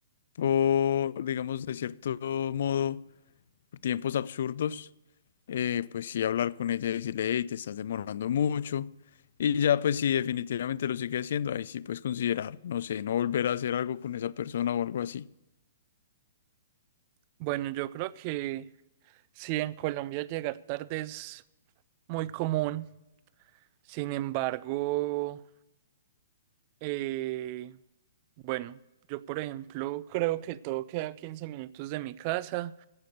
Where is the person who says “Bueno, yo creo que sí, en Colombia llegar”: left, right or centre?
Right